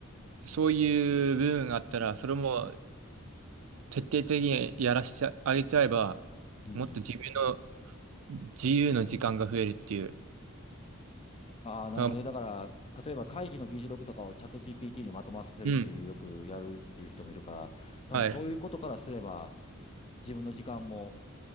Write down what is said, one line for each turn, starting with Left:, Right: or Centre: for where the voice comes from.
Right: そういう部分があったら、それも徹底的にやらせてあげちゃえば、
Left: うん。
Right: もっと自分の自由の時間が増えるっていう。
Left: ああー、なるほどね。
Right: だから
Left: だから、例えば会議の議事録とかをチャット GPT にまとまらさせるっていう、
Right: うん。
Left: よくやるっていう人もいるから、多分そういうことからすれば、
Right: はい。
Left: 自分の時間も、